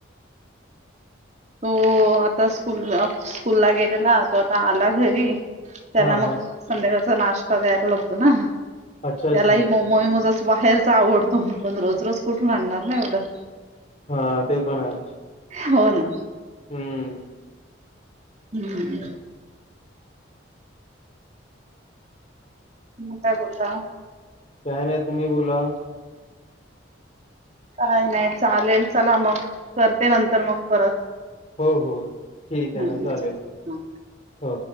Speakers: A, on the right; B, on the left.
A: तो आता स्कूल स्कूलला गेलेला तो आता आला घरी. त्याला
B: हा
A: मग
B: हा
A: संध्याकाळचा नाश्ता द्यायला लागतो ना
B: अच्छा
A: त्यालाही
B: अच्छा
A: म मोई मज बाहेरच आवडतो पण रोज रोज कुठून आणणार ना एवढं.
B: हा ते पण आहे.
A: हो ना.
B: हम्म.
A: हम्म. माग काय बोता ह.
B: काय नाही तुम्ही बोला.
A: काय नाही चालेल चला मग करते नंतर मग परत.
B: हो हो ठीक आहे
A: हम्म
B: ना चालेल
A: चा
B: हो.